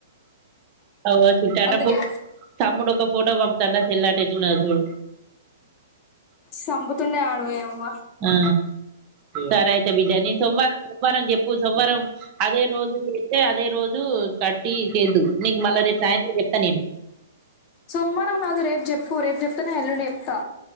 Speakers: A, on the right; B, on the left.
A: అవు చ
B: అందుకే
A: చ <unintelligible> ఫోటో పంపతన్ చెల్లటా ఎట్లునదో చూడు
B: సంపుతుండే ఆడు యవ్వ
A: ఆ సరై చేపిందని సోమవారం సోమవారం చాపి కు సోమవారం అదే రోజు చే అతే అదే రోజు కట్టి చేదు నీకు మళ్ళా రేపు సాయంత్రం చెప్తా నేను
B: సోమవారం కాదు రేపు చెప్పు రేపు చెప్తున్నే ఎల్లుండ చెప్తా